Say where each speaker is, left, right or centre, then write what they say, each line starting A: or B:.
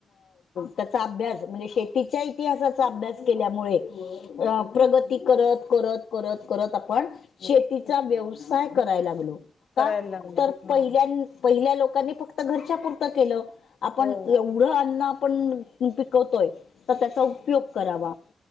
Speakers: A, on the left (about 85°); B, on the left (about 70°).
A: त्याचा अभ्यासं. शेतीच्या इतिहासाचा अभ्यास केल्यामुळे प्रगती करत करत आपण. पण शेतीचा व्यवसाय करायला लागलो. का.
B: करायला लागलं
A: तर
B: हा
A: पहिल्या. पहिल्या लोकांनी फक्त घरच्या पुरतं केलं आपण
B: हो
A: एवढं अन्न आपणं. पिकवतो तर त्याचा उपयोग करावा